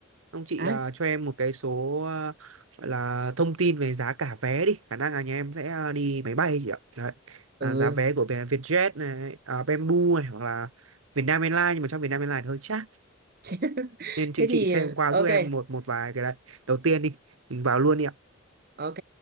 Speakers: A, on the right (about 80°); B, on the right (about 45°).
A: ông chị
B: đấy
A: à, cho em một cái số à, gọi là thông tin về giá cả vé đi khả năng là nhà em sẽ à, đi máy bay chị ạ đấy à,
B: ừ
A: giá vé của Việt- Vietjet này à, Bamboo này hoặc là Vietnam Airlines nhưng mà trong Vietnam Airlines thì hơi chát
B: <laughs>
A: nên chị
B: thế thì
A: chị xem qua
B: ok
A: giúp em một một vài cái đấy đầu tiên đi mình vào luôn đi ạ
B: ok